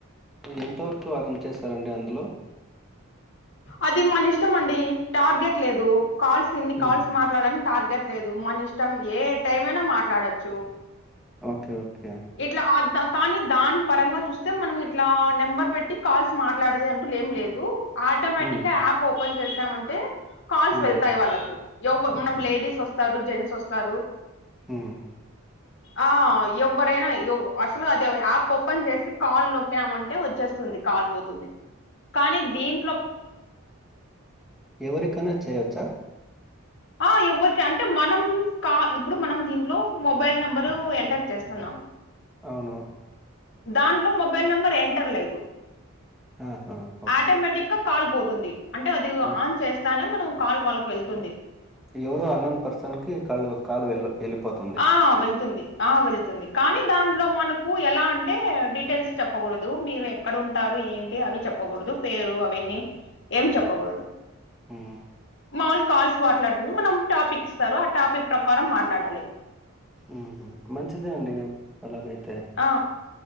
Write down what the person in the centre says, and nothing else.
ఎంతవరకు అర్న్ చేశారండి అందులో
హ్మ్.
ఓకే ఓకే
హ్మ్.
హ్మ్.
హ్మ్
ఎవరికన్నా చేయొచ్చా
అవును
ఆహా హో
అన్
ఎవరో అన్నోన్ పర్సన్ కి కాలు కాల్ వెళ్ వెళ్ళిపోతే
మ్మ్
ఉమ్ హు మంచిదే అండి అలాగైతే